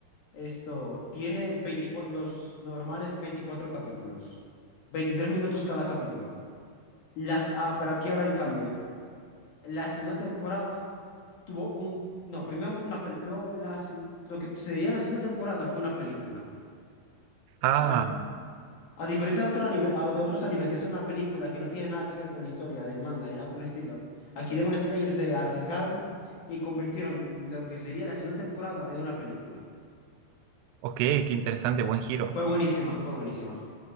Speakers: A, on the left (about 55°); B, on the right (about 85°).
A: esto, tiene 24, los normales 24 capítulos, 23 minutos cada capítulo. Las, ah, pero aquí ahora el cambio. La segunda temporada tuvo un... No, primero fue una película. Luego la, se- lo que se veía la segunda temporada fue una película,
B: Ah,
A: ¿ya? A diferencia de, otro anime, ah, de otros animes que es una película que no tiene nada que ver con la historia del manga ni nada por el estilo, aquí Demon Slayer se arriesgaron y convirtieron lo que sería la segunda temporada en una película.
B: ok, qué interesante, buen giro.
A: Fue buenísima, fue buenísima.